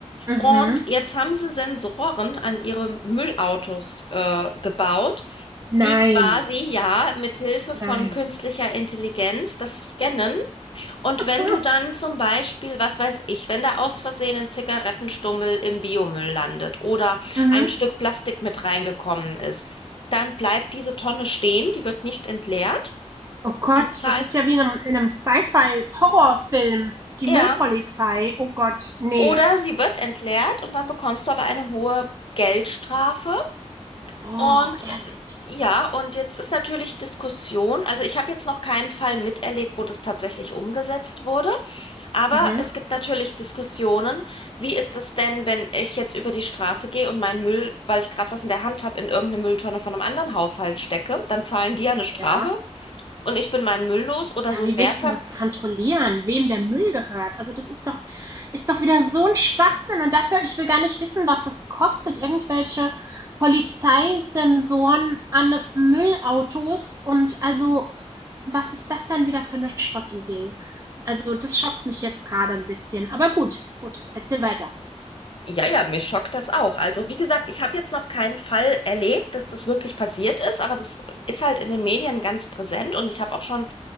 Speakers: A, on the right (about 25°); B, on the left (about 50°).
A: Mhm.
B: Und jetzt haben sie Sensoren an ihre Müllautos äh, gebaut,
A: Nein.
B: die quasi ja mit Hilfe
A: Nein.
B: von künstlicher Intelligenz das scannen. Und
A: <laughs>
B: wenn du dann zum Beispiel, was weiß ich, wenn da aus Versehen ein Zigarettenstummel im Biomüll landet oder
A: Mhm.
B: ein Stück Plastik mit reingekommen ist, dann bleibt diese Tonne stehen, die wird nicht entleert.
A: Oh Gott,
B: Du zahlst,
A: das ist ja wie in einem, in einem Sci-Fi-Horrorfilm. Die
B: ja,
A: Müllpolizei. Oh Gott, nee.
B: oder sie wird entleert und dann bekommst du aber eine hohe Geldstrafe
A: Boah,
B: Und
A: ehrlich.
B: äh, ja, und jetzt ist natürlich Diskussion. Also ich habe jetzt noch keinen Fall miterlebt, wo das tatsächlich umgesetzt wurde. Aber
A: Mhm.
B: es gibt natürlich Diskussionen. Wie ist es denn, wenn ich jetzt über die Straße gehe und meinen Müll, weil ich gerade was in der Hand habe, in irgendeine Mülltonne von einem anderen Haushalt stecke? Dann zahlen die ja eine Strafe
A: Ja.
B: und ich bin meinen Müll los oder
A: Ja,
B: so
A: wie
B: ein Mehrver.
A: willst du denn das kontrollieren, wem der Müll gehört? Also das ist doch, ist doch wieder so ein Schwachsinn. Und dafür, ich will gar nicht wissen, was das kostet, irgendwelche Polizeisensoren an Müllautos. Und also, was ist das dann wieder für eine Schrottidee? Also das schockt mich jetzt gerade ein bisschen. Aber gut, gut, erzähl weiter.
B: Ja, ja, mich schockt das auch. Also, wie gesagt, ich habe jetzt noch keinen Fall erlebt, dass das wirklich passiert ist, aber das ist halt in den Medien ganz präsent und ich habe auch schon